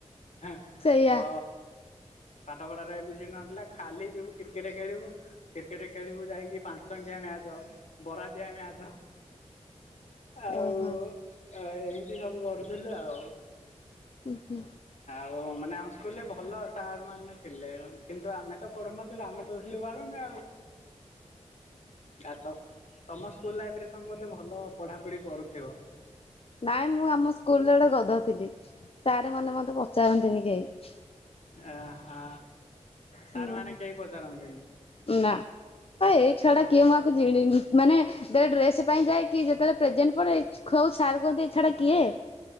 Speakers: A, on the left; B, on the left.
A: ହେଁ
B: ସେଇଆ
A: ତ ପାଠ ପଢାର ଏ ବି ସିଡି ଜଣା ନଥିଲା ଖାଲି ଯିବୁ କ୍ରିକେଟ ଖେଳିବୁ କ୍ରିକେଟ ଖେଳିବୁ ଯାଇକି ପାଞ୍ଚ ଟଙ୍କିଆ ମ୍ୟାଚ ବରା ଦିଆ ମ୍ୟାଚ। ଆଉ
B: ଓହୋ
A: ଆ ଏମିତି ସବୁ କରୁ ବୁଝିଲୁ ଆଉ
B: ହୁ ହୁଁ
A: ଓ ମାନେ ଆମ ସ୍କୁଲରେ ଭଲ ସାର୍ ମାନେ ଥିଲେ। କିନ୍ତୁ ଆମେ ତ ପଢୁନଥିଲୁ ଆମେ ତ ଥିଲୁ ବଳୁଙ୍ଗା ଆଉ ଗାତ ତମ ସ୍କୁଲ ଲାଇଫରେ ତମେ ବୋଧେ ଭଲ ପଢାପଢି କରୁଥିବ?
B: ନାଇଁ ମୁଁ ଆମ ସ୍କୁଲରେ ଗୋଟେ ଗଧ ଥିଲି ସାର୍ ମାନେ ମତେ ପଚାରନ୍ତିନି କେହି।
A: ଆ ହା ସାର୍
B: ହୁଁ
A: ମାନେ କେହି ପଚାରନ୍ତିନି।
B: ନା ତ ଏଇ ଛୁଆ
A: ଆ
B: ଟା କିଏ ମୁଁ ଆକୁ ଚିହ୍ନିନି ମାନେ ଡ୍ରେସ ପାଇଁ ଯାଏ କି କେତେବେଳ ପ୍ରେଜେଣ୍ଟ ପଡେ ଖ ସାର୍ କୁହନ୍ତି ଏ ଛୁଆ ଟା କିଏ?